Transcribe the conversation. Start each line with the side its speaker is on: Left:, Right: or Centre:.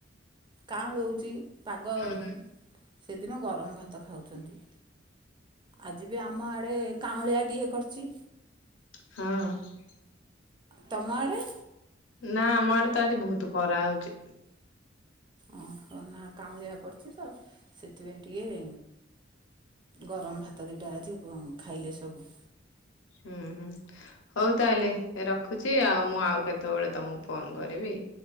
Right: କାଁଳଉଚି ପାଗ
Left: ହୁଁ
Right: ସେଦିନ ଗରମ୍ ଭାତ ଖାଉଚନ୍ତି। ଆଜିବି ଆମ ଆଡ଼େ କାଉଁଳିଆ ଟିଏ କରିଚି
Left: ହଁ।
Right: ତମ ଆଡ଼େ?
Left: ନା ଆମ ଆଡ଼େତ ଆଜି ବହୁତ୍ ଖରା ହଉଚି।
Right: ଓହୋଃ, ନା କାଉଁଳିଆ କରିଛି ତ ସେଥିପାଇଁ ଟିକେ ଗରମ ଭାତ ଦିଟା ଆଜି ଖାଇଲେ ସବୁ।
Left: ହୁଁ ହୁଁ, ହଉ ତାହେଲେ ରଖୁଛି ଆଉ ମୁଁ ଆଉ କେତେବେଳେ ତମକୁ ଫୋନ କରିବି।